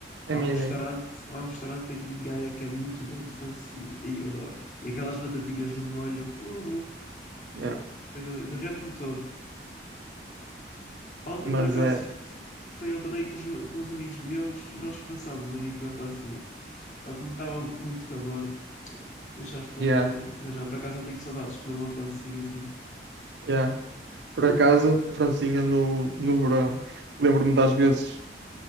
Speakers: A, on the right; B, on the left.
A: é
B: Há
A: a minha
B: um restaurante,
A: ideia.
B: há um restaurante aqui em Gaia que é muito bom de francesinhas, e eu adoro. E aquelas batatinhas no molho, uh, uh,
A: Yeah.
B: coisa linda, derreto-me todo. Ontem,
A: Mas
B: por acaso,
A: é,
B: f- f- foi ao torneio com, os, me- com uns amigos meus e nós pensámos em ir comer francesinha. Só que como estava muito calor, deixámos para
A: yeah,
B: outra altura. Mas já, por acaso, eu tenho saudades de comer uma francesinha assim.
A: yeah. Por acaso, francinha no, no verão. Lembro-me das vezes